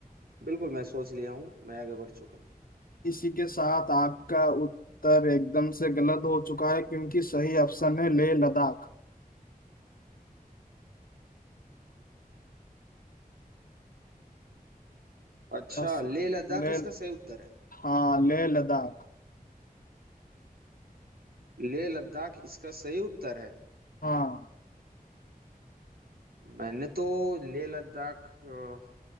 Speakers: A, on the right; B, on the left.
A: बिल्कुल मैं सोच लिया हूँ मैं आगे बढ़ चुका
B: इसी के साथ आपका उत्तर एकदम से गलत हो चुका है क्योंकि सही ऑप्शन है लेह लद्दाख
A: अच्छा
B: बस
A: लेह लद्दाख
B: ले
A: इसका सही उत्तर है
B: हाँ लेह लद्दाख
A: लेह लद्दाख इसका सही उत्तर है
B: हाँ
A: मैंने तो लेह लद्दाख अ,